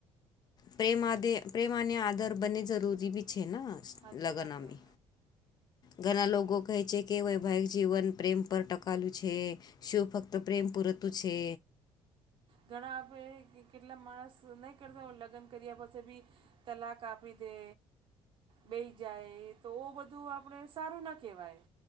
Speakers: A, on the left; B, on the right.
A: પ્રેમા દે પ્રેમા અને આદર બને જરૂરી ભી છે
B: હાચી
A: લગનમે.
B: વાત છે
A: ઘણા લોકો કહે છે કે વૈવાહિક જીવન પ્રેમ પર ટકાલું છે. શું ફક્ત પ્રેમ પૂરતું છે?
B: ઘણા આપે કેટલા માણસ નહીં કરતા હોય લગ્ન કર્યા પછી બી તલાક આપી દે. બેહી જાય તો ઓ બધું આપણે સારું ના કેહવાય.